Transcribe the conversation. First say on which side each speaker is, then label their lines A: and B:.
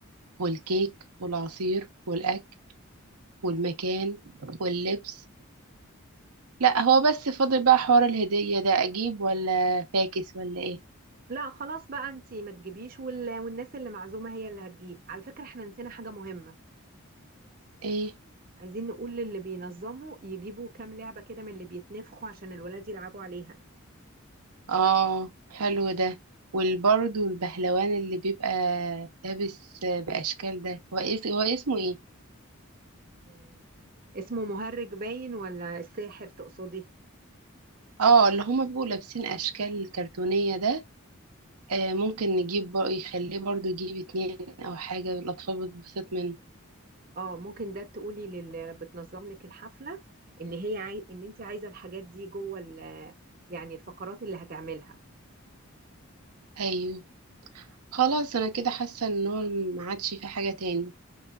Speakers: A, on the right; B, on the right.
A: والكيك والعصير والاكل والمكان واللبس لا هو بس فاضل بقى حوار الهدية ده اجيب ولا فاكس ولا ايه
B: لا خلاص بقى انتي ما تجيبيش وال... والناس اللي معزومة هي اللي هتجيب على فكرة احنا نسينا حاجة مهمة
A: ايه
B: عايزين نقول للي بينظموا يجيبوا كام لعبة كده من اللي بيتنفخوا عشان الولاد يلعبوا عليها
A: اه حلو ده والبرضو البهلوان اللي بيبقى لابس بأشكال ده هو إيه- هو اسمه ايه
B: آه، اسمه مهرج باين ولا الساحر تقصدي
A: اه اللي هما بيبقوا لابسين أشكال كرتونية ده آه ممكن نجيب بر... يخليه برضو يجيب اتنين أو حاجة الأطفال بتتبسط منه
B: اه ممكن ده تقولي للي بتنظم لك الحفلة ان هي عاي... ان انت عايزة الحاجات دي جوه ال... يعني الفقرات اللي هتعملها
A: أيوه خلاص أنا كده حاسة إن هو ما عادش في حاجة تاني